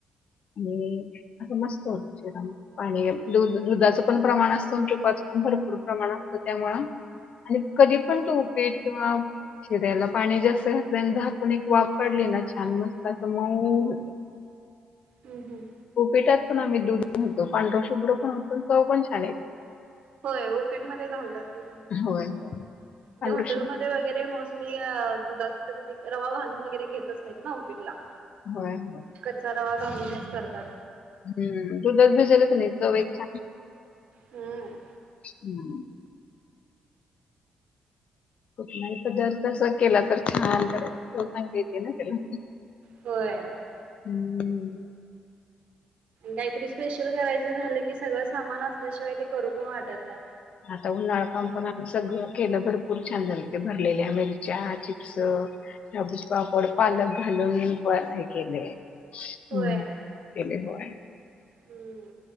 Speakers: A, on the left (about 60°); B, on the right (about 70°).
A: आणि असं मस्त होत. पाणी दू दुधाचं पण प्रमाण असतं अन् तुपाचं पण भरपूर प्रमाण असतं त्यामुळं. आणि कधी
B: हम्म
A: पण
B: हम्म
A: तू उपीट किंवा शिऱ्याला. पाणी जास्त घातल अन् झाकून एक वाफ काढली ना छान मस्त अस मऊ होत.
B: हम्म हम्म.
A: उपीटात पण आम्ही दूध घालतो पांढर शुभ्र पण होत आणि चव पण छान येते.
B: होय उपीटमध्ये घालतात ते माहितीये सोडा
A: होय होय. पांढरं
B: हॉटेलमध्ये
A: शुभ्र
B: वगैरे मोस्टली. दुधात म्हणजे रवा भाजून वगैरे घेतच नाहीत ना उपीटला.
A: होय होय.
B: कच्चा रवा घालूनच करतात.
A: हम्म दुधात भिजवलं कणी चव एक छान.
B: हम्म.
A: हम्म. कुठला नाही पदार्थ <unintelligible> अस केला तर छान होत देेत ना त्याला
B: होय आणि
A: हम्
B: काहीतरी स्पेशल करायचं झालं की सगळं सामान असल्याशिवाय ते करू पण वाटत नाही.
A: आता उन्हाळा
B: आमचे
A: काम पण आम्ही सगळं केलं भरपूर खूप छान झाले होते भरलेल्या मिरच्या, चिप्स डबूज पापड, पालक घालून पण हे केले हम्म
B: होय
A: केले होय.
B: हम्म